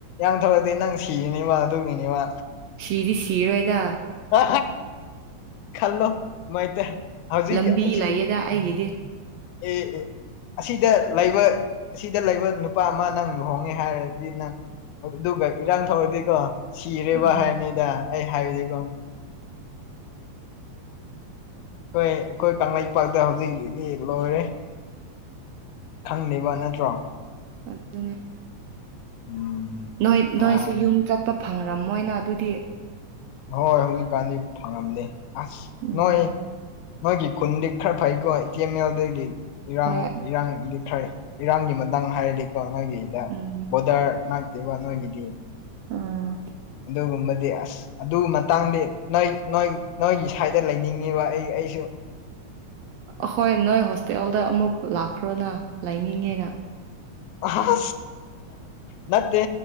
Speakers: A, on the left; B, on the right.
A: ꯏꯡ ꯊꯧꯔꯗꯤ ꯅꯪ ꯁꯤꯔꯤꯅꯤꯕ ꯑꯗꯨꯒꯤꯅꯤꯕ
B: ꯁꯤꯗꯤ ꯁꯤꯔꯣꯏꯗ
A: ꯑ ꯈꯜꯂꯣ ꯃꯥꯏ ꯍꯧꯖꯤꯛ
B: ꯂꯝꯕꯤ
A: ꯑꯁꯤ
B: ꯂꯩꯌꯦꯗ ꯑꯩꯒꯤꯗꯤ
A: ꯑꯦ ꯑꯦ ꯑꯁꯤꯗ ꯂꯩꯕ ꯑꯁꯤꯗ ꯂꯩꯕ ꯅꯨꯄꯥ ꯑꯃ ꯅꯪ ꯂꯨꯍꯣꯡꯉꯦ ꯍꯥꯏꯔꯗꯤ ꯅꯪ ꯑꯗꯨꯒ ꯏꯔꯥꯡ ꯊꯣꯛꯧꯔꯗꯤꯀꯣ ꯁꯤꯔꯦꯕ
B: ꯑꯥ
A: ꯍꯥꯏꯔꯅꯤꯗ ꯑꯩ ꯍꯥꯏꯕꯁꯤꯀꯣ ꯍꯣꯏ ꯑꯩꯈꯣꯏ ꯀꯪꯂꯩꯄꯥꯛꯇ ꯍꯧꯖꯤꯛꯗꯤ ꯂꯣꯏꯔꯦ ꯈꯪꯂꯤꯕ ꯅꯠꯇ꯭ꯔꯣ
B: ꯑꯗꯨ ꯑꯗꯨꯅꯦ
A: ꯎꯝ
B: ꯅꯣꯏ
A: ꯃꯥꯅꯤ
B: ꯅꯣꯏꯁꯨ ꯌꯨꯝ ꯆꯠꯄ ꯐꯪꯔꯝꯃꯣꯏꯅ ꯑꯗꯨꯗꯤ
A: ꯍꯣꯏ ꯍꯧꯖꯤꯛꯀꯥꯟꯗꯤ ꯐꯪꯉꯝꯗ ꯑꯁ
B: ꯎꯝ
A: ꯅꯣꯏ ꯃꯣꯏꯒꯤ ꯈꯨꯟꯗꯤ ꯈꯔ ꯐꯩꯀꯣ ꯑꯦ ꯇꯤ ꯑꯦꯝ ꯑꯦꯜꯗꯗꯤ ꯏꯔꯥꯡ
B: ꯍꯣꯏ
A: ꯏꯔꯥꯡꯗꯤ ꯈꯔ ꯏꯔꯥꯡꯒꯤ ꯃꯇꯥꯡꯗ ꯍꯥꯏꯔꯗꯤꯀꯣ ꯅꯣꯏꯒꯤꯗ
B: ꯎꯝ
A: ꯕꯣꯔꯗꯔ ꯉꯥꯛꯇꯦꯕ ꯅꯣꯏꯒꯤꯗꯤ
B: ꯑꯥ
A: ꯑꯗꯨꯒꯨꯝꯕꯗꯤ ꯑꯁ ꯑꯗꯨꯒꯤ ꯃꯇꯥꯡꯗꯤ ꯅꯣꯏ ꯅꯣꯏ ꯅꯣꯏꯒꯤ ꯁꯥꯏꯗ ꯂꯩꯅꯤꯡꯉꯤꯕ ꯑꯩ ꯑꯩꯁꯨ
B: ꯑꯍꯣꯏ ꯅꯣꯏ ꯍꯣꯁꯇꯦꯜꯗ ꯑꯃꯨꯛ ꯂꯥꯛꯈ꯭ꯔꯣꯅ ꯂꯩꯅꯤꯡꯉꯦꯅ
A: ꯑꯁ ꯅꯠꯇꯦ